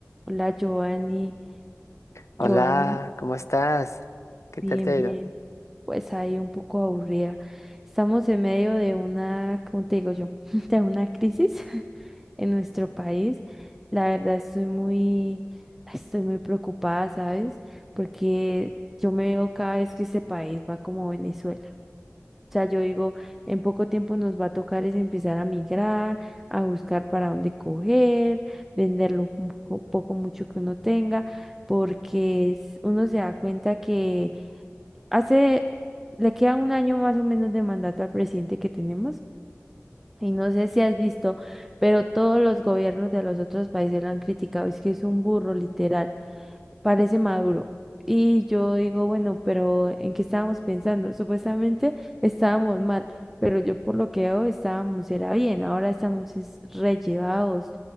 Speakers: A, in the centre; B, on the left (about 80°).
A: Hola, Giovanni.
B: Hola,
A: Giovanni,
B: ¿cómo estás? ¿Qué
A: bien,
B: tal te ha
A: bien.
B: ido?
A: Pues ahí un poco aburrida. Estamos en medio de una, ¿cómo te digo yo? <laughs> De una crisis <laughs> en nuestro país. La verdad estoy muy, estoy muy preocupada, ¿sabes? Porque yo me veo cada vez que este país va como Venezuela. O sea, yo digo, en poco tiempo nos va a tocar es empezar a migrar, a buscar para dónde coger, vender lo mu- co- poco, mucho que uno tenga, porque es- uno se da cuenta que hace, le queda un año más o menos de mandato al presidente que tenemos. Y no sé si has visto, pero todos los gobiernos de los otros países lo han criticado. Es que es un burro, literal parece maduro. Y yo digo, bueno, pero ¿en qué estábamos pensando? Supuestamente estábamos mal, pero yo por lo que veo estábamos era bien, ahora estamos es rellevados.